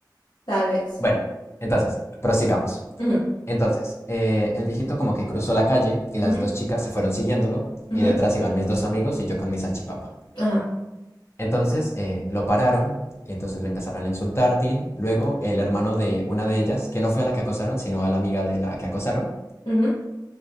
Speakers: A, on the left; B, on the left.
A: <laughs> tal vez.
B: Bueno, entonces, prosigamos.
A: Ujú,
B: Entonces, eh, el viejito como que cruzó la calle y
A: ujú,
B: las dos chicas se fueron siguiéndolo
A: ujú,
B: y detrás iban mis dos amigos y yo con mi salchipapa.
A: Ajá.
B: Entonces, eh, lo pararon y entonces le empezaron a insultar, Tin. Luego, el hermano de una de ellas, que no fue a la que acosaron, sino a la amiga de la que acosaron,
A: ujú.